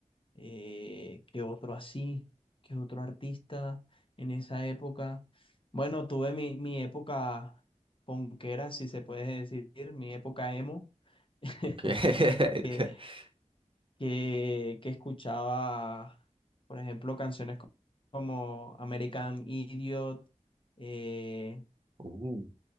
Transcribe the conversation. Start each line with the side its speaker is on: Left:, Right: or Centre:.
Left: eh, ¿qué otro así? ¿Qué otro artista en esa época? Bueno, tuve mi, mi época ponquera, si se puede decir, mi época emo, <laughs>
Right: ok. <laughs>
Left: que, que, que escuchaba, por ejemplo, canciones co- como American Idiot, eh,
Right: Uh,